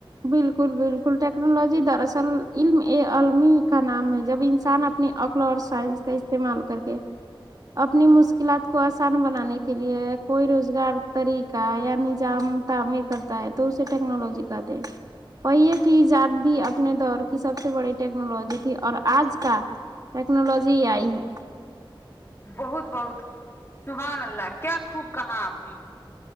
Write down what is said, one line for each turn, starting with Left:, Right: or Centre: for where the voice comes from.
Right: بالکل بالکل ٹیکنالوجی دراصل علم ا علمی کا نام ہے جب انسان اپنی عقل اور سائنس کا استعمال کر کے اپنی مشکلات کو آسان بنانے کے لیے کوئی روزگار طریقہ یا نظام تعمیر کرتا ہے تو اسے ٹیکنالوجی کہتے ہیں وہی ہے کہ ایجاد بھی اپنے دور کی سب سے بڑی ٹیکنالوجی تھی اور آج کا ٹیکنالوجی آئی ہے
Left: بہت بہت سبحان اللہ کیا خوب کہا آپ نے